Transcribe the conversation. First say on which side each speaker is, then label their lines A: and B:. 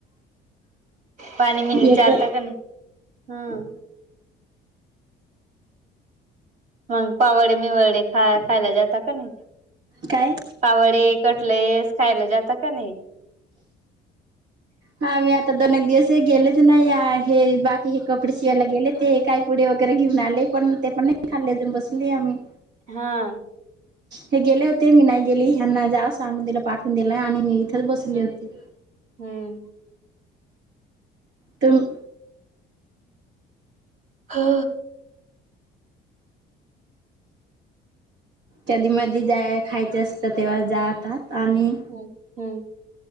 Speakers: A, on the right; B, on the right.
A: पाणी बीनी
B: येत
A: चालता का नाही? हम्म. मग पाव वडे, मिवडे खा खायला जातात का नाही?
B: काय
A: पाव वडे कटलेस खायला जाता का नाही?
B: हा, मी आता दोन एक दिवस गेलेच नाही आहे, बाकीचे कपडे शिवायला गेले ते. काही पुडी वगैरे घेऊन आले, पण ते पण नाही खाल्ले बसले आम्ही.
A: हा.
B: हे गेले होते मी नाही गेली. ह्यांना जा सांगून दिलं, पाठवून दिलं आणि मी इथेच बसली
A: हम्म
B: होती.
A: हम्म.
B: तुम्
A: हा.
B: कधी मधी जेव्हा खायच असतं तेव्हा जातात आणि
A: हं, हम्म.